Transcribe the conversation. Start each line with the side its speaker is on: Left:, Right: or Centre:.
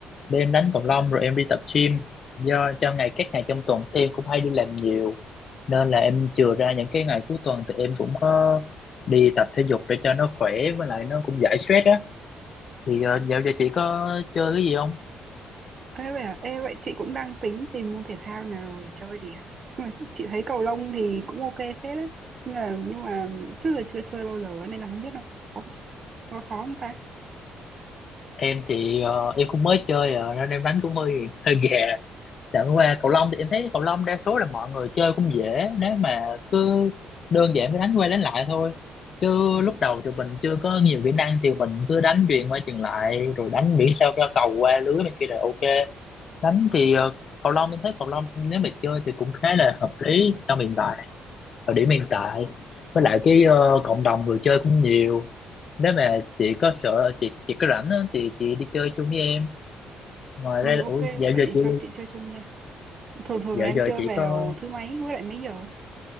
Left: đêm đánh cầu lông rồi em đi tập gym. Do cho ngày các ngày trong tuần thì em cũng hay đi làm nhiều nên là em chừa ra những cái ngày cuối tuần thì em cũng có đi tập thể dục để cho nó khỏe với lại nó cũng giải stress á thì ờ, dạo giờ chị có chơi cái gì không
Right: Ê vậy, à, ê, vậy chị cũng đang tính tìm môn thể thao nào để chơi nè. Nhưng mà chị thấy cầu lông thì cũng ok phết đấy. Nhưng mà, nhưng mà trước giờ chưa chơi bao giờ ấy, nên là không biết nó khó, nó khó không ta?
Left: em thì ờ, em cũng mới chơi ờ, nên em đánh cũng hơi hơi gà chẳng qua cầu lông thì em thấy cầu lông đa số là mọi người chơi cũng dễ nếu mà cứ đơn giản mới đánh qua đánh lại thôi chứ lúc đầu thì mình chưa có nhiều kỹ năng thì mình cứ đánh chuyền qua chuyền lại rồi đánh miễn sao cho cầu qua lưới bên kia là ok đánh thì ờ, cầu lông em thấy cầu lông nếu mà chơi thì cũng khá là hợp lý trong hiện tại ở điểm hiện tại với lại cái ờ, cộng đồng người chơi cũng nhiều nếu mà chị có sợ chị chị có rảnh á, thì chị đi chơi chung với em ngoài
Right: Ừ
Left: ra là-
Right: ok,
Left: ủa dạo
Right: vậy
Left: giờ chị
Right: cho chị chơi chung nha. Thường thường
Left: dạo
Right: là em
Left: giờ
Right: chơi
Left: chị
Right: vào
Left: có
Right: thứ mấy với lại mấy giờ?